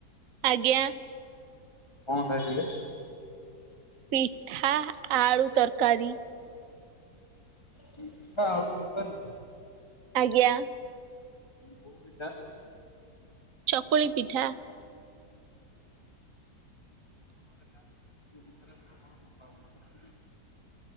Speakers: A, on the right; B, on the left.
A: ଆଜ୍ଞା।
B: କଣ ଖାଇଥିଲେ?
A: ପିଠା ଆଳୁ ତରକାରୀ।
B: ହଁ ଆଳୁ ତରକାରି?
A: ଆଜ୍ଞା।
B: କୋଉ ପିଠା?
A: ଚକୁଳି ପିଠା।
B: ଘରେ ତାହଲେ ଚ ପ୍ରବ ସମ୍ଭାବନା? ହୁଁ।